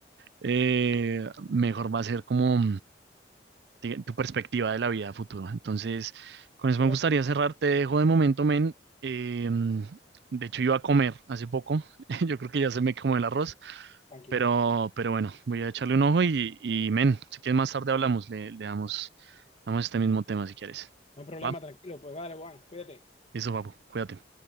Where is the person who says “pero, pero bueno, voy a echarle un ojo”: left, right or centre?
Right